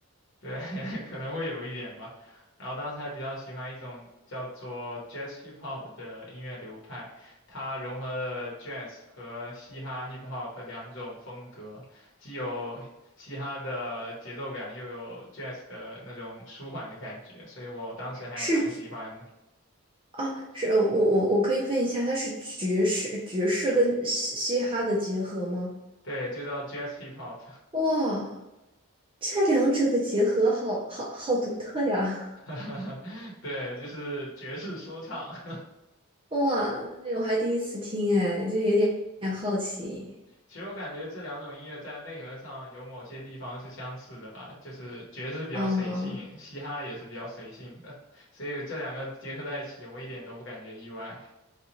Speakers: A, on the left (about 55°); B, on the right (about 25°).
A: 对，<laughs> 可能会有一点吧。然后当时还比较喜欢一种叫做 Jazz Hip Hop 的音乐流派，它融合了 Jazz 和嘻哈 Hip Hop 两种风格，既有嘻哈的节奏感，又有 Jazz 的那种舒缓的感觉，所以我当时还蛮喜欢的。
B: 是啊，是我我我可以问一下，它是爵士爵士跟嘻嘻哈的结合吗？
A: 对，就叫 Jazz Hip Hop，
B: 哇，这两者的结合好好好独特呀！
A: <laughs> 对，就是爵士说唱。<laughs>
B: <laughs> 哇，我还第一次听哎，就有点有点好奇
A: 其实我感觉这两种音乐在内核上有某些地方是相似的吧，就是爵士比较随性，
B: 啊。
A: 嘻哈也是比较随性的，所以这两个结合在一起，我一点都不感觉意外。<laughs>